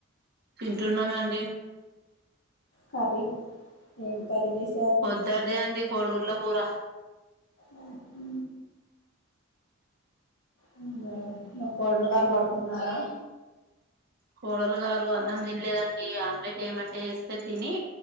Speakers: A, on the right (about 50°); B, on the left (about 75°).
A: తింటున్నామండీ
B: కర్రీ ఏం కర్రీ చేసి
A: పొద్దడిదే అండి కోడి గుడ్ల కూర
B: ఉహు అవునా మా కోడలి గారు పడుకున్నారా
A: కోడలు గారు అన్నం తినలేదండి ఆమ్లెట్ ఏమంటే ఎస్తే తిని